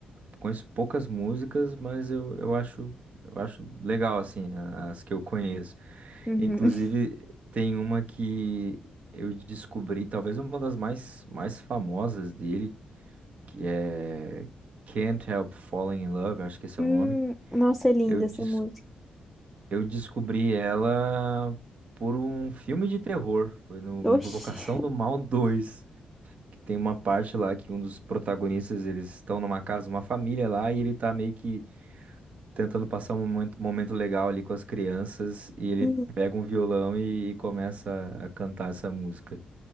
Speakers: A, on the right; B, in the centre.
A: conheço poucas músicas, mas eu, eu acho, eu acho legal assim, as que eu conheço.
B: Uhum.
A: Inclusive
B: <laughs>
A: tem uma que eu descobri, talvez uma das mais mais famosas dele, que é Can't Help Falling in Love, acho que esse
B: Hum,
A: é o nome.
B: nossa, é linda
A: Eu des-
B: essa música.
A: eu descobri ela por um filme de terror, foi no Invocação
B: Oxi.
A: do Mal dois. que tem uma parte lá que um dos protagonistas, eles estão numa casa, uma família lá, e ele tá meio que tentando passar um momento, momento legal ali com as crianças, e ele
B: Uhum,
A: pega um violão e, e começa a cantar essa música.